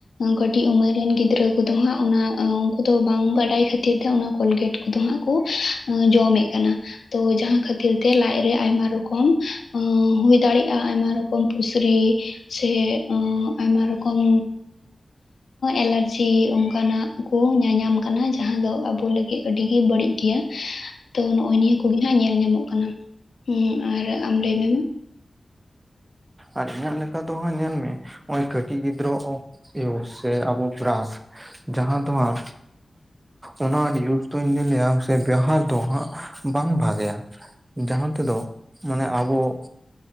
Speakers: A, on the left; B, on the right.
A: ᱠᱟᱹᱴᱤᱡ ᱩᱢᱮᱨ ᱨᱮᱱ ᱜᱤᱫᱽᱨᱟᱹ ᱠᱚᱫᱚ ᱦᱟᱸᱜ, ᱚᱱᱟ ᱩᱱᱠᱩ ᱫᱚ ᱵᱟᱝ ᱵᱟᱰᱟᱭ ᱠᱷᱟᱹᱛᱤᱨ ᱛᱮ ᱚᱱᱟ ᱠᱚᱞᱜᱮᱴ ᱠᱚᱫᱚ ᱦᱟᱸᱜ ᱠᱚ ᱡᱚᱢᱮᱫ ᱠᱟᱱᱟ ᱾ ᱛᱚ ᱡᱟᱦᱟᱸ ᱠᱷᱟᱹᱛᱤᱨ ᱛᱮ ᱞᱟᱡᱽᱨᱮ ᱟᱭᱢᱟ ᱨᱚᱠᱚᱢ ᱦᱩᱭ ᱫᱟᱲᱮᱭᱟᱜᱼᱟ ᱟᱭᱢᱟ ᱠᱚᱢ ᱯᱩᱥᱨᱤ ᱥᱮ ᱟᱭᱢᱟ ᱨᱚᱠᱚᱢ ᱮᱞᱟᱨᱡᱤ ᱚᱱᱠᱟᱱᱟᱜ ᱠᱚ ᱧᱟᱧᱟᱢ ᱠᱟᱱᱟ᱾ ᱡᱟᱦᱟᱸ ᱫᱚ ᱟᱵᱚ ᱞᱟᱹᱜᱤᱫ ᱟᱹᱰᱤ ᱜᱤ ᱵᱟᱹᱲᱤᱡ ᱜᱮᱭᱟ ᱾ ᱛᱚ ᱱᱚᱜᱼᱚᱭ ᱱᱤᱭᱟᱹ ᱠᱚᱜᱮ ᱦᱟᱸᱜ ᱧᱮᱞ ᱧᱟᱢᱚᱜ ᱠᱟᱱᱟ ᱾ ᱦᱩᱸ ᱟᱨ ᱟᱢ ᱞᱟᱹᱭ ᱢᱮ ᱢᱟ
B: ᱟᱨ ᱤᱧᱟᱹᱜ ᱞᱮᱠᱟ ᱫᱚ ᱦᱟᱸᱜ ᱧᱮᱞ ᱢᱮ ᱱᱚᱜᱼᱚᱭ ᱠᱟᱹᱴᱤᱡ ᱜᱤᱫᱽᱨᱟᱹ ᱦᱚᱸ ᱥᱮ ᱟᱵᱚ ᱯᱨᱟᱥ ᱡᱟᱦᱟᱸ ᱫᱚ ᱦᱟᱸᱜ ᱚᱱᱟ ᱩᱭᱩᱥ ᱛᱚᱧ ᱞᱟᱹᱭ ᱞᱮᱭᱟ ᱥᱮ ᱵᱮᱣᱦᱟᱨ ᱫᱚ ᱦᱟᱸᱜ ᱵᱟᱝ ᱵᱷᱟᱜᱮᱭᱟ ᱾ ᱡᱟᱦᱟᱸ ᱛᱮᱫᱚ ᱢᱟᱱᱮ ᱟᱵᱚ